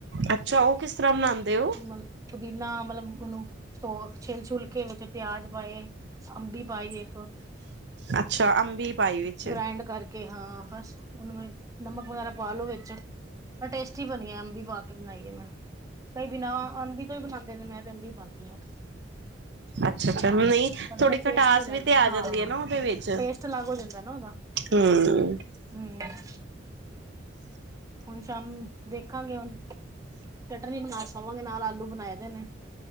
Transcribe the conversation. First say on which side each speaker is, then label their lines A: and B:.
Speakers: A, on the right; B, on the right.
A: ਅੱਛਾ ਉਹ ਕਿਸ ਤਰਾ ਬਣਾਦੇ ਹੋ।
B: ਮਤਲਬ ਪੁਦੀਨਾ ਮਤਲਬ ਉਹਨੂੰ ਤੋੜ ਕੇ ਛਿਲ-ਛੁਲ ਕੇ ਵਿੱਚ ਪਿਆਜ ਪਾਏ ਅੰਬੀ ਪਾਈ ਇਕ
A: ਅੱਛਾ ਅੰਬੀ ਪਾਈ ਵਿੱਚ
B: ਗ੍ਰਾਇੰਡ ਕਰ ਕੇ ਹਾਂ ਬਸ ਉਹਨੂੰ ਬਈ ਨਮਕ ਵਗੈਰਾ ਪਾ ਲੋੋ। ਚ ਟੇਸਟੀ ਬਣੀ ਆ ਅੰਬੀ ਪਾ ਕੇ ਬਣਾਈ ਏ ਮੈਂ। ਕਈ ਬਿਨਾਂ ਅੰਬੀ ਤੋਂ ਹੀ ਬਣਾਦੇ ਨੇ ਮੈਂ ਤੇ ਅੰਬੀ ਪਾਨੀ ਆ।
A: ਅੱਛਾ-ਅੱਛਾ ਨਈ ਥੋੜੀ
B: ਉਹਦਾ
A: ਖਟਾਸ
B: ਟੇਸਟ ਅਲੱਗ
A: ਵੀ ਤੇ ਆ
B: ਹਾਂ
A: ਜਾਂਦੀ ਹੈ ਨਾ ਉਹਦੇ ਵਿੱਚ
B: ਟੇਸਟ ਅਲੱਗ ਹੋ ਜਾਂਦਾ ਨਾ ਉਹਦਾ।
A: ਹਮ
B: ਹਮ ਚੰਮ ਦੇਖਾਂਗੇ ਹੁਣ। <unintelligible> ਨਾਲ ਆਲੂ ਬਣਾਏ ਦੇ ਨੇ।